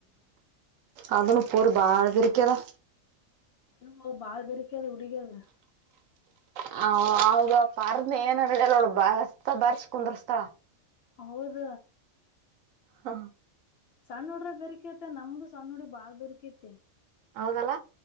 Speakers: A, on the right (about 70°); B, on the left (about 60°).
A: ಅದನ್ನು ಇಪ್ಪರು ಬಾಳತಕದಾ
B: ಇವು ಬಾಳ್ ಬೆರಕದು ಹುಡುಗ್ರೆದು
A: ಹ ಹೌದ ಪಾರದನ ಏನಲ್ಲ ಅವಳ ಬಸ್ತ ಬಾರಸ್ ಕುಂದ್ರ ಸ್ಥಳ
B: ಹೌದ
A: ಹಾ
B: ಸಣ್ಣ ನುಡ್ರೆ ಬೆರ್ಕತೆ ನಮ್ದು ಸಣ್ಣ ನುಡಿ್ರ ಬಾಳ್ ಬೆರ್ಕೈತೆ
A: ಹೌದಲ್ಲ